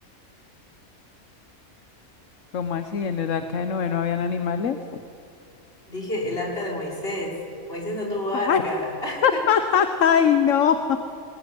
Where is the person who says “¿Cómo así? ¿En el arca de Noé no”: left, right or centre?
Left